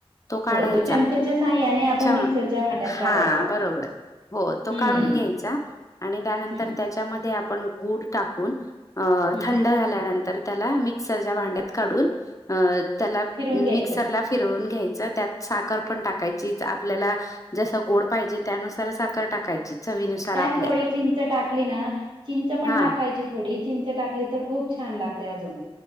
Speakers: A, on the left (about 35°); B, on the right (about 55°).
A: तो काढायचा
B: हो, चमच्याच्या साहाय्याने आपण
A: क्षमा
B: मिक्सरच्या भांड्यात
A: हा
B: काढायचा.
A: बरोबर हो तो
B: हं,
A: काढून घ्यायचा. आणि त्यानंतर
B: हं,
A: त्याच्यामध्ये आपण गुड टाकून अ
B: हं.
A: थंड झाल्यानंतर त्याला मिक्सरच्या भांड्यात काढून, अ त्याला
B: फिरून घ्यायचं.
A: मिक्सरला फिरवून घ्यायचं, त्यात साखर पण टाकायचीच आपल्याला जसं गोड पाहिजे त्यानुसारच साखर टाकायची. चवीनुसार
B: त्यात
A: आपल्या
B: थोडी चिंच टाकली ना, चिंच पण
A: हा
B: टाकायची. थोडी चिंच टाकली तर, खूप छान लागतय आग.